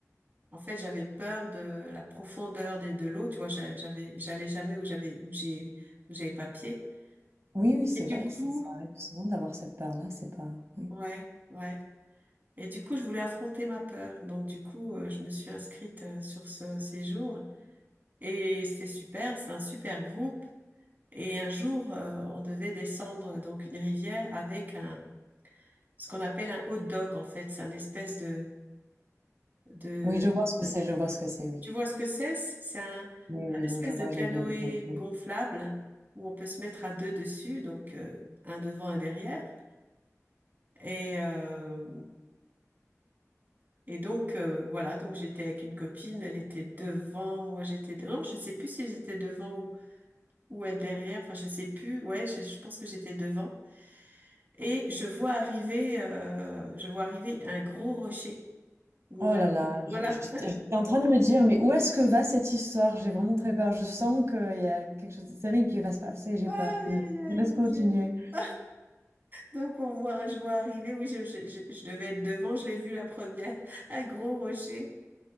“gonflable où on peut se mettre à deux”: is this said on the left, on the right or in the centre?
Right